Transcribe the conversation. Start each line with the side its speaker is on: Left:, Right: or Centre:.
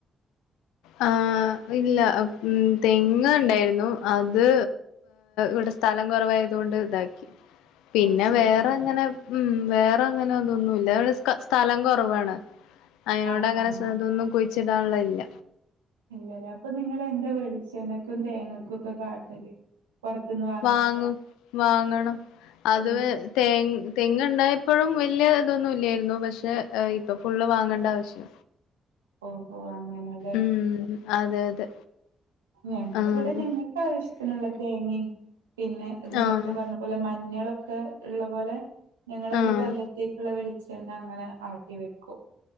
Left: ആ ഇല്ല ഉ തെങ്ങ ഉണ്ടായിരുന്നു അത് ഇവി സ്ഥലം കുറവായതുകൊണ്ട് ഇതാക്കി
Right: <inaudible>
Left: പിന്നെ വേറെ
Right: കളഞ്ഞോ
Left: എങ്ങനെ ഉം വേറെ അങ്ങനെ ഒതൊന്നുംല്ല സ്ഥലം കുറവാണ് അതിനോട്
Right: ആഹ്
Left: അങ്ങനെ
Right: ആഹ്
Left: അതൊന്നും കുഴിച്ചിടാനുള്ള ഇല്ല.
Right: ഇല്ലലേ, അപ്പൊ നിങ്ങള് എന്താ വെളിച്ചെണ്ണക്കും തേങ്ങക്കും ഒക്കെ കാട്ടല് പുറത്തുന്ന് വാ
Left: വാങ്ങും വാങ്ങണം അത്
Right: ഓ
Left: വെ തേങ് തെങ്ങ് ഇണ്ടായപ്പോഴും വലിയ ഇതൊന്നു ഇല്ലായിരുന്നു പക്ഷേ ഏഹ് ഇപ്പൊ ഫുള്ള് വാങ്ങണ്ട ആവശ്യ
Right: ഓഹോ അങ്ങനെ
Left: ഉം അതെ, അതെ.
Right: ഞങ്ങള്
Left: ആഹ്
Right: ഇവിടെ ഞങ്ങൾക്ക് ആവശ്യത്തിനുള്ള തേങ്ങയും പിന്നെ നേരത്തെ
Left: ആഹ്
Right: പറഞ്ഞ പോ പോലെ മഞ്ഞളൊക്കെ ഇള്ള പോലെ ഞങ്ങള്
Left: ആഹ്
Right: ഒരു കൊല്ലത്തേക്കുള്ള വെളി ച്ചെണ്ണ അങ്ങനെ ആട്ടി വെക്കും.